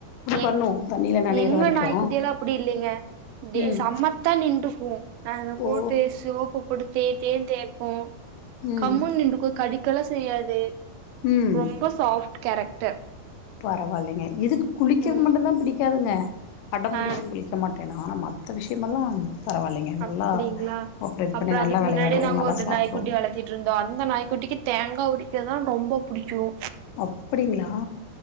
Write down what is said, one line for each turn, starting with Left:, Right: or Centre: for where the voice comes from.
Right: ஏ
Left: பண்ணு தண்ணில நனையிற
Right: எங்க
Left: வரைக்கு
Right: நாய்க்குட்டில்லாம் அப்டி இல்லிங்க டே
Left: ம்
Right: சம்மத் தோத்தா நின்டுபோம் அத போட்டு
Left: ஓ
Right: சோப்பு போட்டு தே தேனு தேப்போம்
Left: ம்
Right: கம்முனு நிண்டுக்கும் கடிக்கல்லா செய்யாது
Left: ம்
Right: ரொம்ப சாஃப்ட் கேரக்டர்
Left: பரவாயில்லைங்க இதுக்கு குளிக்றது
Right: ம்
Left: மட்டும்தா பிடிக்காதுங்க அடம் புடிக்கும்
Right: ஆ
Left: குளிக்க மாட் அ ஆனா மத்த விஷயமல்லாம் பரவாயில்லைங்க
Right: அப்டிங்ளா
Left: நல்லா கோஆப்ரேட்
Right: அப்றம்
Left: பண்ணி நல்லா
Right: அதுக்கு
Left: வெளையாடு
Right: முன்னாடி நாங்க
Left: நல்லா
Right: ஒரு
Left: சாப்டு
Right: நாய்க்குட்டி வளத் த்திட்டு இருந்தோம் அந்த நாய்க்குட்டிக்கு தேங்காய் உரிக்கதா ரொம்ப புடிக்கும்
Left: அப்டிங்ளா